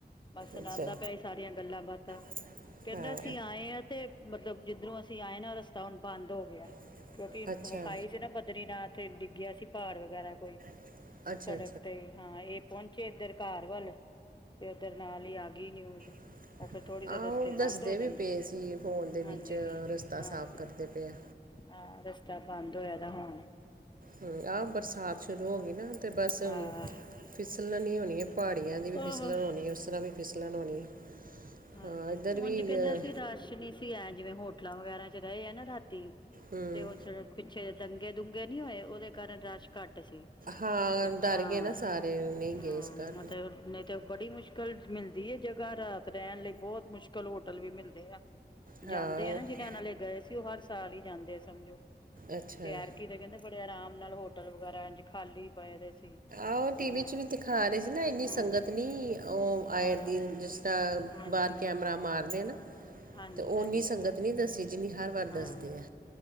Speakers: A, on the left; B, on the right.
A: ਬਸ ਸੁਣਾਉਦਾ
B: ਅੱਛਾ
A: ਪਿਆ ਇਹ ਸਾਰੀਆਂ ਗੱਲਾਂ ਬਾਤਾਂ
B: ਅਸੀਂ
A: ਕਹਿੰਦਾ ਅਸੀਂ
B: ਹਾਂ
A: ਆਏ ਹਾਂ ਤੇ ਮਤਲਬ ਜਿੱਧਰੋਂ ਅਸੀਂ ਆਏ ਨਾ ਰਸਤਾ ਹੁਣ ਬੰਦ ਹੋ ਗਿਆ
B: ਗਿਆ।
A: ਕਿਉਂਕਿ
B: ਤੇ ਅੱਛਾ
A: ਖਾਈ ਸੀ ਨਾ ਬਦਰੀਨਾਥ ਡਿੱਗਿਆ ਸੀ ਪਹਾੜ ਵਗੈਰਾ ਕੋਈ
B: ਕੋਲ ਅੱਛਾ
A: ਸੜਕ
B: ਅੱਛਾ
A: ਤੇ ਹਾਂ ਇਹ ਪਹੁੰਚੇ ਇਧਰ ਘਰ ਵੱਲ ਤੇ ਉਓਧਰ ਨਾਲ ਹੀ ਆ ਗਈ ਨਿਊਜ਼।
B: ਮੰਮੀ
A: ਉਹ ਫਿਰ ਥੋੜ੍ਹੀ ਦੇਰ
B: ਆਹੋ
A: ਰਸਤੇ
B: ਕਹਿੰਦਾ
A: ਬੰਦ
B: ਦੱਸਦੇ
A: ਹੋ
B: ਵੀ
A: ਜਾਂਦੇ
B: ਪਏ ਸੀ ਫੋਨ ਦੇ
A: ਹਾਂਜੀ
B: ਵਿੱਚ ਰਸਤਾ
A: ਹਾਂ।
B: ਸਾਫ਼ ਕਰਦੇ ਪਏ ਆ
A: ਹਾਂ, ਰਸਤਾ ਬੰਦ ਹੋਇਆ ਦਾ। ਹੁਣ
B: ਹੂੰ, ਆਹ ਬਰਸਾਤ ਸ਼ੁਰੂ ਹੋ ਗਈ ਨਾ ਤੇ ਬਸ ਹੁਣ
A: ਆਹ
B: ਫਿਸਲਣ ਹੋਣੀ ਐ ਪਹਾੜੀਆਂ ਦੀ ਵੀ ਫਿਸਲਣ
A: ਆਹ
B: ਹੋਣੀ ਉਸ ਤਰ੍ਹਾਂ ਵੀ ਫਿਸਲਣ ਹੋਣੀ।
A: ਹਾਂਜੀ
B: ਹਾਂ ਇੱਧਰ ਵੀ
A: ਉਂਜ ਕਹਿੰਦਾ
B: ਅ,
A: ਸੀ ਰਸ਼ ਨਹੀਂ ਸੀ ਐ ਜਿਵੇਂ ਹੋਟਲਾਂ ਵਗੈਰਾ ਚ ਰਹੇ ਆ ਨਾ ਰਾਤੀ।
B: ਹਮ
A: ਤੇ ਉਹ ਚ ਪਿੱਛੇ ਦੰਗੇ ਦੁੰਗੇ ਨੀ ਹੋਏ ਉਹਦੇ ਕਾਰਨ ਰਸ਼ ਘੱਟ ਸੀ।
B: ਹਾਂ ਡਰ
A: ਹਾਂ
B: ਗਏ ਨਾ ਸਾਰੇ ਨਹੀਂ ਗਏ
A: ਹਾਂ,
B: ਇਸ ਕਰ
A: ਮਤਲਬ ਨਹੀਂ ਤੇ ਬੜੀ ਮੁਸ਼ਕਿਲ ਨਲ ਮਿਲਦੀ ਐ ਜਗ੍ਹਾ ਰਹਿਣ ਲਈ ਬਹੁਤ ਮੁਸ਼ਕਿਲ ਹੋਟਲ ਵੀ ਮਿਲਦੇ ਆ ਜਾਂਦੇ
B: ਹਾਂ ਉਹ-
A: ਆ ਨਾ ਜਿਹਨਾਂ ਨਾਲੇ ਗਏ ਸੀ ਉਹ ਹਰ ਸਾਲ ਹੀ ਜਾਂਦੇ ਆ ਸਮਝੋ
B: ਅੱਛਾ
A: ਤੇ ਐਤਕੀ ਦੇ ਕਹਿੰਦੇ ਬੜੇ ਆਰਾਮ ਨਾਲ ਹੋਟਲ ਵਗੈਰਾ। ਖਾਲੀ ਪਏ ਦੇ। ਸੀ
B: ਆਹ ਟੀ
A: ਤੇ ਮੈਂ
B: ਵੀ ' ਵੀ ਦਿਖਾ ਰਹੇ ਸੀ ਨਾ ਇੰਨੀ
A: ਹਾਂ
B: ਸੰਗਤ ਨਹੀਂ ਉਹ
A: ਹਾਂ
B: ਆਏ ਦੀ ਜਿਸ ਤਰ੍ਹਾਂ
A: ਹਾਂਜੀ
B: ਬਾਹਰ ਕੈਮਰਾ ਮਾਰਦੇ ਨੇ
A: ਹਾਂਜੀ
B: ਤੇ ਉਹ ਉਨੀ
A: ਹਾਂਜੀ
B: ਸੰਗਤ ਨਹੀਂ ਦੱਸੀ ਜਿੰਨੀ ਹਰ ਵਾਰ
A: ਹਾਂ
B: ਦੱਸਦੇ ਆ।